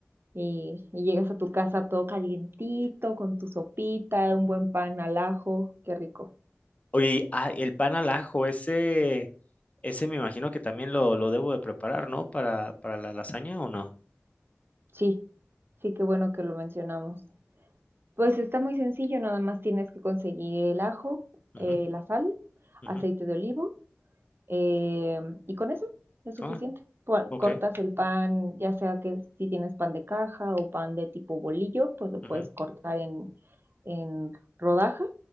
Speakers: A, on the right; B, on the left.
A: y, y llegas a tu casa todo calientito, con tu sopita, un buen pan al ajo. Qué rico.
B: Oye, y, ah, el pan al ajo, ese... Ese me imagino que también lo, lo debo de preparar, ¿no? Para, para la lasaña o no.
A: Sí, sí, qué bueno que lo mencionamos. Pues está muy sencillo, nada más tienes que conseguir el ajo,
B: Ujú,
A: eh, la sal,
B: ujú.
A: aceite de olivo Eh, y con eso es suficiente.
B: Ah,
A: Pu-
B: ok.
A: Cortas el pan, ya sea que si tienes pan de caja o pan de tipo bolillo, pues lo
B: ujú,
A: puedes cortar en, en rodajas.